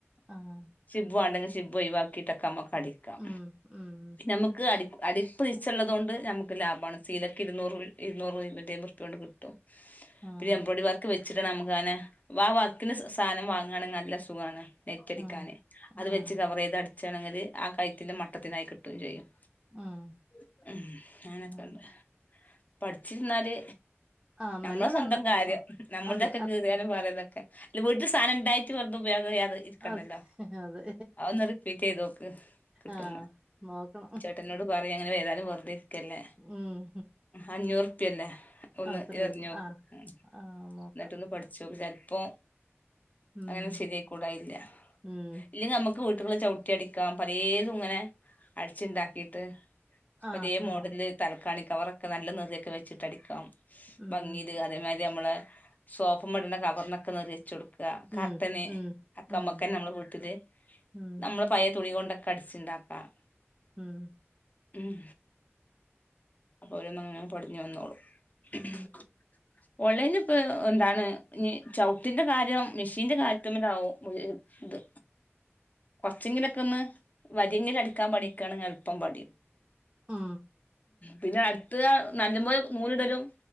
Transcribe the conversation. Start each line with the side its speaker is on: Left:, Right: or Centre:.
Right: ആഹ്
Left: ശിബ്ബു വേണ്ടെങ്കിൽ ശിബ്ബ ഒഴിവാക്കിട്ടൊക്കെ നമുക്ക് അടിക്കാം
Right: ഉം ഉം
Left: നമുക്ക് അടിപ്പ്‌ അടുപ്പ് നിച്ചുള്ളതു കൊണ്ട് നമുക്ക് ലാഭമാണ് സീലക്ക് ഇരുന്നൂറ് ഇരൂറ് ഇരുന്നൂറ്റി മ്പതറുപ്യ കൊണ്ട് കിട്ടും
Right: ആഹ്
Left: പിന്നെ എമ്പോറോഡി വർ ക്ക്വെച്ചിട്ട നമുക്ക്നെ ആ വർക്കി സാധനം വാങ്ങുകയാണെങ്കിൽ നല്ല സുഖമാണ് നെറ്റടിക്കാന്
Right: ആഹ്
Left: അത്
Right: ആഹ്
Left: വെച്ച് കവർ ചെയ്ത് അടിച്ചാണെങ്കിൽ ആ കയറ്റന്റെ മട്ടത്തിനായി കിട്ടുകയും ചെയ്യും
Right: ആഹ്
Left: ഉ അങ്ങനൊക്കെണ്ട്
Right: ആഹ്
Left: പഠിച്ചിരുന്നാല്
Right: ആഹ്
Left: നമ്മള
Right: നല്ലതാണ്
Left: സ്വന്തം കാര്യം നമ്മളു
Right: അതെ
Left: തൊക്കെ
Right: അ
Left: കീറിയാലും പറയതൊക്കെ വീട്ടിൽ സാധനം ഇണ്ടായി് വറു ഉപയോഗ അത് <unintelligible> ഇരിക്കണ്ടല്ലോ
Right: അതെ അതെ
Left: അഒന്ന് റിപ്പീറ്റ് യ്ത് നോക്ക് കിട്ടന്ന്
Right: ആഹ് നോക്കണം
Left: ട്ടനോട് പറയും അങ്ങനെ ചെയ്താലും വെറുതെ ഇരിക്കല്ലേ
Right: ഉം
Left: അഞ്ഞൂറ് ല്ലെ ഒന്ന്
Right: അത്രേ
Left: ഇറങ്ങിയേക്ക്എന്നിട്ട
Right: ഉള്ളൂ ആഹ് ആഹ് നോക്കാം
Left: ഒന്ന് പഠിച്ചു ഓക്ക്ചെലപ്പോ
Right: ഉം
Left: അങ്ങനെ ശരിയ കൂട ഇല്ല
Right: ഉം
Left: ഇല്ലെങ്കിൽ നമുക്ക് വീട്ടുന്ന്ചവിട്ടി അടിക്കാം പലേതും ഇങ്ങനെ അടിച്ചുണ്ടാക്കിയിട്ട് ഇപ്പൊ
Right: ആഹ്
Left: അതേ മോഡല
Right: ആഹ്
Left: തലക്കാണി കവറൊക്കെ നല്ല നറിയൊക്കെ വെച്ചിട്ട് അടിക്കാം
Right: ഉം
Left: ഭംഗീല് അതേമാതി രി നമ്മള് സോഫ മടുന്ന കവറിനൊക്ക പിരിച്ചുകൊടുക്ക കർട്ടന്
Right: ഉം ഉം
Left: അക്കമ്മക്കെ
Right: ഉം
Left: ന്നെനമ്മള് വിട്ടല്
Right: ഉം
Left: നമ്മള പയ തുണി കൊണ്ടൊക്കെ അടിച്ചുണ്ടാക്കാം
Right: ഉം
Left: ഉം അപ്പോരന്ന്ങ്ങനെ പടഞ്ഞു വന്നോളു
Right: ഉം
Left: <inaudible> ഓൺലൈനി ഇപ്പ എന്താണ് ചവിട്ടിന്റെ കാര്യം മെഷീന്റെ കാര്യത്തിന്മേൽ ആവോ <unintelligible> ഇത് കൊറച്ചെങ്കിലൊക്കെ ഒന്ന് വരിയങ്കില അടുക്കാൻ പടിക്കാണ് എളുപ്പം പടിയും
Right: മം
Left: പിന്നെ അടുത്ത നല്ല പോല നൂലിടലും